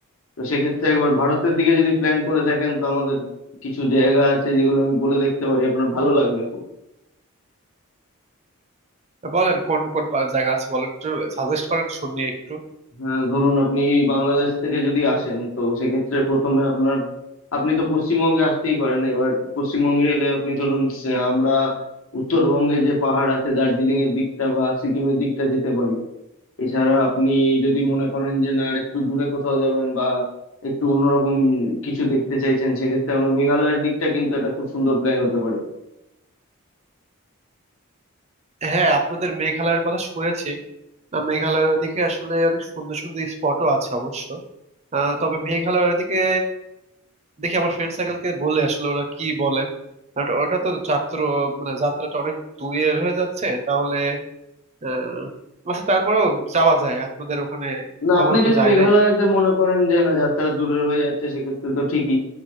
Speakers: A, on the left; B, on the right.
A: তো সেক্ষেত্রে একবার ভারতের দিকে যদি প্ল্যান করে দেখেন তো আমাদের কিছু জায়গা আছে যেগুলো আমি বলে দেখতে পারি আপনার ভালো লাগবে খুব
B: বলেন কোন কোন পা- জায়গা আছে বলেন একটু সাজেস্ট করেন শুনি একটু
A: হ্যাঁ ধরুন আপনি বাংলাদেশ থেকে যদি আসেন তো সেক্ষেত্রে প্রথমে আপনার আপনি তো পশ্চিমবঙ্গে আসতেই পারেন এবার পশ্চিমবঙ্গে এলে আপনি ধরুন সে- আমরা উত্তরবঙ্গে যে পাহাড় আছে দার্জিলিং এর দিকটা বা সিকিমের দিকটা যেতে পারি এছাড়া আপনি যদি মনে করেন যে না আর একটু দূরে কোথাও যাবেন বা একটু অন্যরকম কিছু দেখতে চাইছেন সেক্ষেত্রে আমরা মেঘালয়ের দিকটা কিন্তু একটা খুব সুন্দর প্ল্যান হতে পারে
B: হ্যাঁ আপনাদের মেঘালয়ের কথা শুনেছি আহ, মেঘালয়ের ওদিকে আসলে অনেক সুন্দর সুন্দর স্পটও আছে অবশ্য আহ, তবে মেঘালয়ের ওদিকে দেখি আমার ফ্রেন্ড সার্কেলকে বলে আসলে ওরা কি বলে আর ওটা তো যাত্রা মানে যাত্রাটা অনেক দূরের হয়ে যাচ্ছে তাহলে আহ, আচ্ছা তারপরেও যাওয়া যায় আপনাদের ওখানে
A: না
B: কখনো
A: আপনি
B: তো
A: যদি
B: যায়
A: মেঘালয়তে
B: নাই
A: মনে করেন যে না যাত্রা দূরের হয়ে যাচ্ছে সেক্ষেত্রে তো ঠিকই